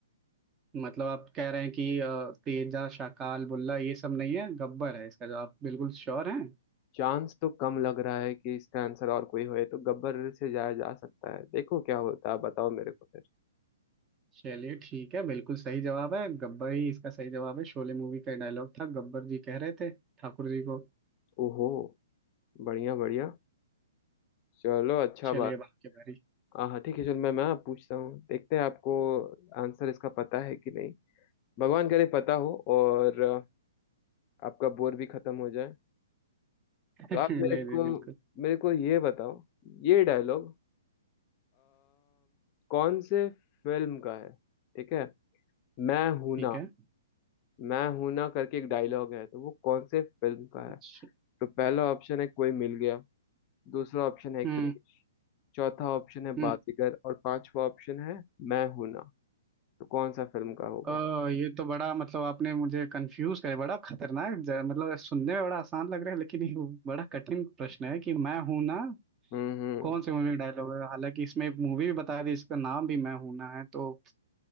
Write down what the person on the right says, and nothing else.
मतलब आप कह रहे हैं कि अ, तेजा शाकाल बुल्ला ये सब नहीं है गब्बर है इसका जवाब बिल्कुल श्योर है
चलिए ठीक है बिल्कुल सही जवाब है गब्बर ही इसका सही जवाब है शोले मूवी का डायलॉग था गब्बर जी कह रहे थे ठाकुर जी को
चलिए
अब आपकी बारी
<laughs>
नहीं
नहीं
बिल्कुल
ठीक
है
अच्छा
हम्म
हम्म
ओ ये तो बड़ा मतलब आपने मुझे कंफ्यूज करे बड़ा खतरनाक ज- मतलब सुनने में बड़ा आसान लग रहा है लेकिन ये बड़ा कठिन प्रश्न है कि मैं हूं ना
कौन सी मूवी का डायलॉग है हालांकि इसमें मूवी भी बता दी इसका नाम भी मैं हूं ना है तो